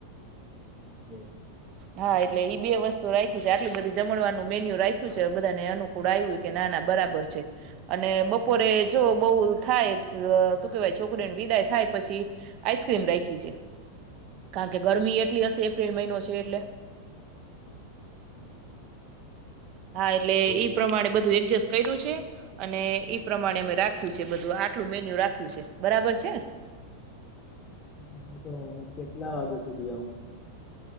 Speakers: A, on the left (about 25°); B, on the right (about 40°).
A: ે <unintelligible>
B: હા એટલે ઈ બે વસ્તુ રાખી છે આટલી બધી જમણવાનું મેન્યુ રાખ્યું છે બધાને અનુકૂળ આવ્યું કે નાના બરાબર છે, અને બપોરે જો બહુ થાય શું કેહેવાય છોકરીને વિદાય થાય પછી, આઈસ્ક્રીમ રાખી છે, કારણ કે ગરમી એટલી <unintelligible> હ એપ્રિલ મહિનો છે એટલે.
A: હમ્મ.
B: હા એટલે ઈ
A: છે
B: પ્રમાણે
A: તમારે
B: બધું એડજસ્ટ કર્યું છે? અને ઈ પ્રમાણે અમે રાખ્યું છે બધું આટલું મેન્યુ રાખ્યું છે બરાબર છે?
A: તમે તો કેટલા વાગે સુધી હ